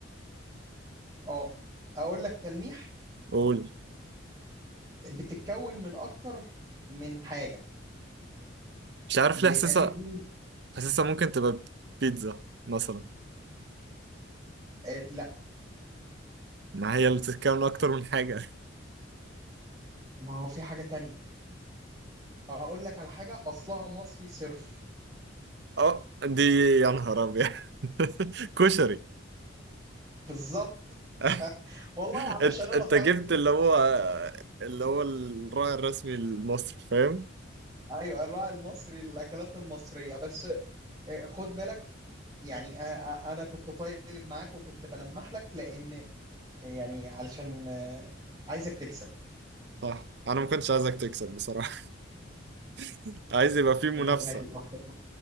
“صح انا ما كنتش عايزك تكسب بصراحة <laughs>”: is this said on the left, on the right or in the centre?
Right